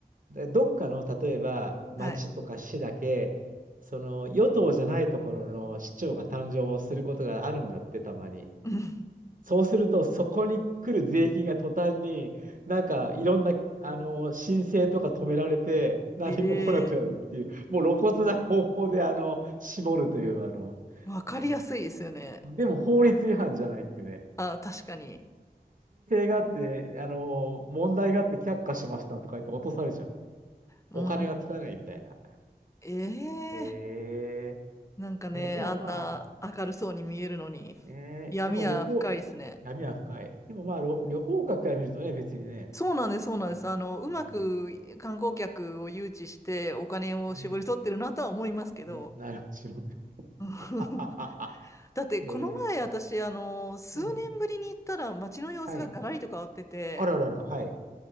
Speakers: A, on the right; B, on the left.
A: でどっかの、例えば、町とか市だけ、
B: はい。
A: その、与党じゃないところの市長が誕生することがあるんだって、たまに。
B: うん
A: そうすると、そこに来る税金が途端に、なんかいろんな、あの、申請とか止められて、何も来なくなるっていう、
B: ええ
A: もう露骨な方法で、あの、絞るという、あの、
B: わかりやすいですよね。
A: うん。でも法律違反じゃないっていうね。
B: あ、確かに。
A: だって、あの、問題があって却下しましたとか言って落とされちゃう。
B: うん。
A: お金がつかないみたいな。
B: ええ
A: え
B: なんかね、
A: ーね、でもま
B: あんな明るそうに見えるのに、
A: あ、ね、
B: 闇は深いですね。
A: でも旅行、闇は深い。でもまあ、ろ旅行客から見るとね、別にね、
B: そうなんです、
A: あの、
B: そうなんです。あの、うまく観光客を誘致してお金を絞り取ってるなとは思いますけど。
A: うん、ねね、なるしも。<laughs>
B: <laughs> だってこの前私、
A: えー、
B: あの、数年ぶりに行ったら街の様子がガラリと変わってて、
A: うん。はい。あららら、はい。